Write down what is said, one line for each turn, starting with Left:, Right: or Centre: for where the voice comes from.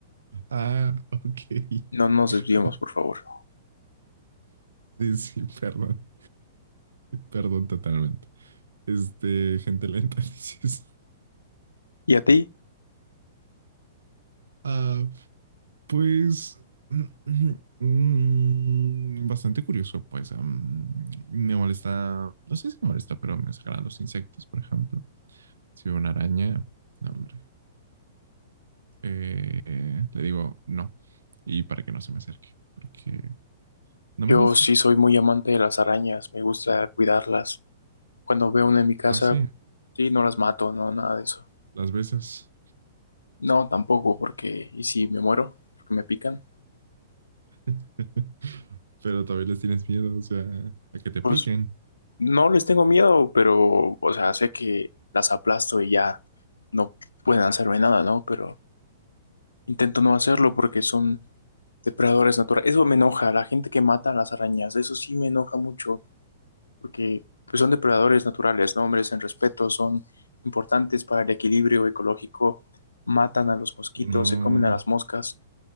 Right: Ah, ok.
Left: no nos
Right: <laughs>
Left: desviemos, por favor.
Right: Sí, sí, perdón. Perdón totalmente. Este, gente lenta, <laughs> dices.
Left: ¿Y a ti?
Right: Ah, pues. <clears throat> mm, Bastante curioso, pues. am, me molesta. No sé si me molesta, pero me sacan los insectos, por ejemplo. Si veo una araña, no, hombre. eh, le digo no. Y para que no se me acerque, porque no
Left: Yo
Right: me gusta.
Left: sí soy muy amante de las arañas, me gusta cuidarlas. Cuando veo una en mi casa,
Right: Así,
Left: sí, no las mato, no, nada de eso.
Right: las veces.
Left: No, tampoco, porque, ¿y si me muero? Porque me pican.
Right: <laughs> Pero también les tienes miedo, o sea, a que te piquen.
Left: Pues no les tengo miedo, pero, o sea, sé que las aplasto y ya no pueden hacerme nada, ¿no? Pero intento no hacerlo porque son depredadores naturales. Eso me enoja, la gente que mata a las arañas, eso sí me enoja mucho. porque pues, son depredadores naturales, ¿no? Hombres en respeto, son importantes para el equilibrio ecológico, matan a los mosquitos,
Right: Y no,
Left: se comen a las moscas.